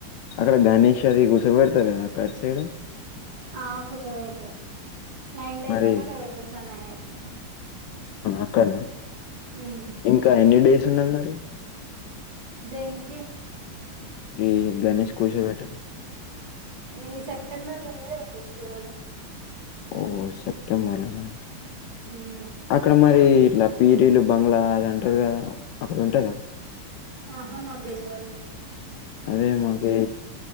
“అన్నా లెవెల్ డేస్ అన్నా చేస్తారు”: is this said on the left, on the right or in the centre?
Right